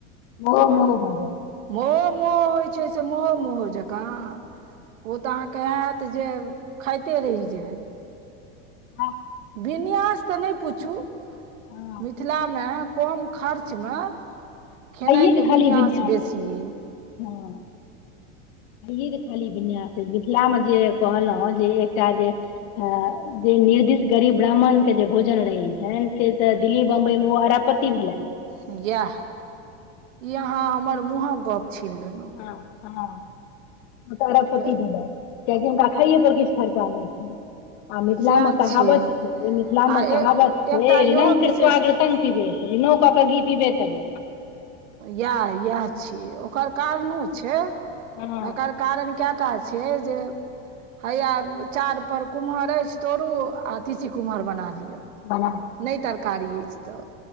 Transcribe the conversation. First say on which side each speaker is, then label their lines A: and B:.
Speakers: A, on the left; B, on the right.
A: ओहो मोहो भऽ जायत
B: मो मो होइ छै से महो महो जकाँ ओ तऽ अहाँके हत तऽ जे खाइते रहि जे हय
A: हँ
B: विन्यास तऽ नहि पुछू
A: हँ
B: मिथिलामे कम खर्चमे खेनाइके
A: खाइये के खाली
B: विन्यास बेसी
A: छै
B: अइ
A: हँ <unintelligible> खाली विन्यास अछि मिथिलामे जे कहलहुँ जे एकटा जे जे निर्दिष्ट गरीब ब्राह्मण के जे भोजन रहै छनि से तऽ दिल्ली बम्बई मे ओ आरापत ती भेलैथि
B: इएह ई अहाँ हमर मुँहक गप छीन लेलहुँ
A: ह हँ तारा पती
B: तऽ
A: भे लैथ कियाकि हुनका खाइयए पर किछु खर्चा नहि छनि आ मिथिलामे
B: सएह
A: कहावत
B: छियै
A: छै मिथिलामे
B: आ
A: कहावत
B: ए
A: छै‌
B: एकटा इहो विशेष
A: कृत आगृत रनों करके घी पी से करी
B: इएह इएह छीयै ओकर कारणो छै
A: हँ
B: एकर कारण केटा छै जे हैया चार पर कुम्हर अछि तोरु आ तीसी कुमहर बना लिअ
A: बनाय
B: नहि तरकारी अछि तऽ